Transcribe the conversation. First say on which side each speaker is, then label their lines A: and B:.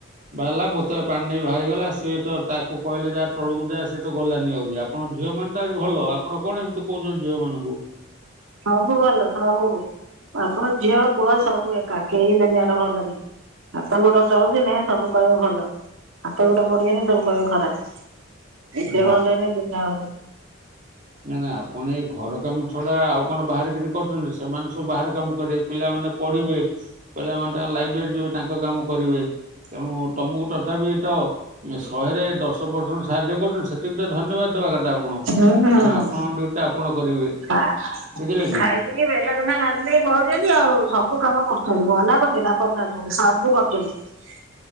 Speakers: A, on the right; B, on the right.
A: ବାହାରିଲା ବୋତଲ। ପାଣି ନେଇ ବାହାରିଗଲା ସିଏ ତ ତାକୁ କହିଲେ ଯାହା ତଳକୁ ଯାଏ ସେଏ ତ ଗଲାନି ଆହୁରି ଆପଣଙ୍କ ଝିଅ ମାନେ ଭଲ ଆପଣ କଣ ଏମିତି କହୁଛନ୍ତି ଝିଅ ମାନଙ୍କୁ।
B: ସବୁ ଭଲ ସବୁ ଆପଣ ଝିଅ ପୁଅ ସବୁ। <unintelligible> ହାତ ଗୋଡ ଜଳଛି ନାଇ ସବୁ କହିବ ଭଲ ହାତ ଗୋଡ ପଡିିବନି ସବୁ କହିବ ଖରାପ। ଏତେ
A: ନା
B: ଭଲନି ଦୁନିଆ ଆଉ
A: ନାଇଁ ନାଇଁ ଆପଣ ଏଇ ଘର କାମ ଛଡା ଆଉ କଣ ବାହାରେ କିଛି କରୁଛନ୍ତି? ସେମାନେ ସବୁ ବାହାର କାମ କରିବେ ପିଲାମାନେ ପଢିବେ। ପିଲାମାନେ ତାଙ୍କ ଲାଇବ୍ରେରୀ ଯିବେ ତାଙ୍କ କାମ କରିବେ। ତେଣୁ ତମକୁ ତଥାପି ତ ଶହେରେ ଦଶ ପରସେଣ୍ଟ ସାହାଯ୍ୟ କରୁଛନ୍ତି। ସେତିକି ତ ଧନ୍ୟବାଦ ଦବା କଥା ଆପଣ।
B: ହୁଁ
A: କାରଣ ଆପଣଙ୍କ ଡ୍ୟୁଟି ଟା ଆପଣ କରିବେ।
B: ଖା
A: ବୁଝିଲେ କି
B: ଖାଇ ବେଲା କଂସା ମଜିଦେଇ ପଳାଉଛନ୍ତି ଆଉ ସବୁ କାମ କରୁଛନ୍ତି। ମନା କରୁଚି ନା କରୁନାହାନ୍ତି ବୋଲି ସବୁ କାମ କରୁଛନ୍ତି।